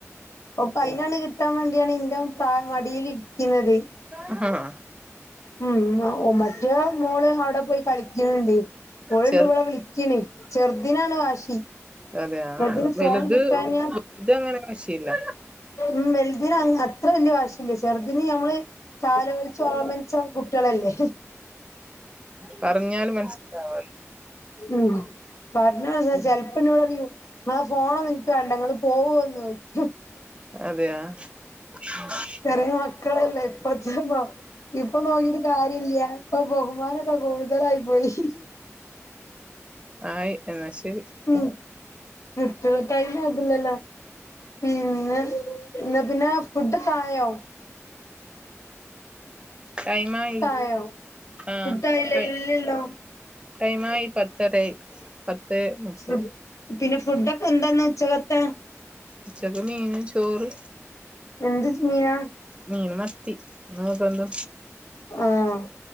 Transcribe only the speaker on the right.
ആഹ് അഹ
ചെറു
അതെയാ
വലുത്
ത് അങ്ങനെ വാശിയില്ല
പറഞ്ഞാലും മനസ്സിലാവുല്ലാ
അതെയാ <unintelligible>
ആയി ന്നാശരി
ടൈം. ആയി
ആ
<unintelligible> ടൈം ആയി പത്തര ആയി പത്ത് മുപ്പത്
ഉച്ചക്ക് മീന് ചോറ്
മീൻ മത്തി ഇങ്ങക്കന്തോ